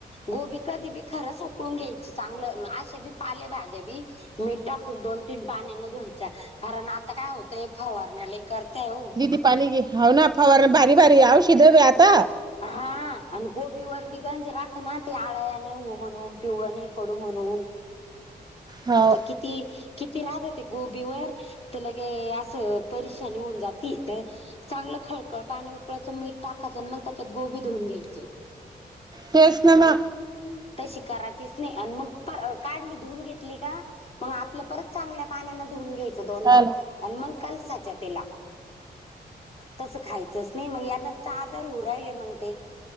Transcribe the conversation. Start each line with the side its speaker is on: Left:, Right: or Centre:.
Left: गोबी कधी बी खरंच उकळून घ्यायची चांगलं असशे बी पाले भाज्या बी मी टाकून दोन तीन पाण्या न धुयच कारण आता काय होतंय फवारण्याला करताय हो.
Right: क पाणी ग ह ना फवार बारी बारी ह शिजव आता
Left: हा आणि गोबीवर बी गंज राहत ना ते आळ्या नाही म्हणून पिऊ नाही. पडमणून
Right: हो.
Left: तर किती किती राहत होते गोबीवर तर लगे असं. परेशानी होऊन जातील तर चांगलं खळकळ पाणी उकळायचं मीठ टाकायचं मग त्याच्यात गोबी धुवून घ्यायचे.
Right: केस नामा
Left: तशी करायचीच नाही मग काढली धुून घेतली का मग आपलं परत चांगल्या पाण्यान धुऊून घ्यायचं दोनदा
Right: हा ना
Left: आणि मग कलसाच्या तिला तसं खायचंच नाही मग या नसत आजार उ राहिले मग ते